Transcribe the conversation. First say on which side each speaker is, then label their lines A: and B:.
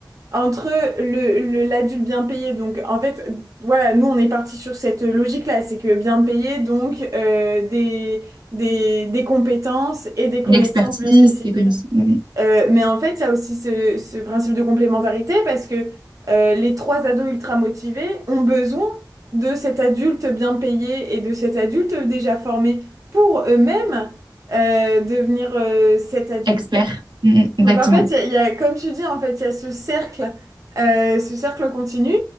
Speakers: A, on the right; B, on the right.
A: entre le, le- l'adulte bien payé. Donc, en fait, euh, voilà, nous, on est parti sur cette euh, logique-là. C'est que bien payé, donc euh, des, des, des compétences et des connaissances
B: une expertise,
A: bien spécifiques.
B: des connaissances, Mm, mm,
A: Euh, mais en fait, il y a aussi ce, ce principe de complémentarité parce que euh, les trois ados ultra motivés ont besoin de cet adulte bien payé et de cet adulte déjà formé pour eux-mêmes euh, devenir euh, cet adulte.
B: expert. Mm, mm, exactement.
A: Donc en fait, il y a, il y a- comme tu dis, en fait, il y a ce cercle, euh, ce cercle continu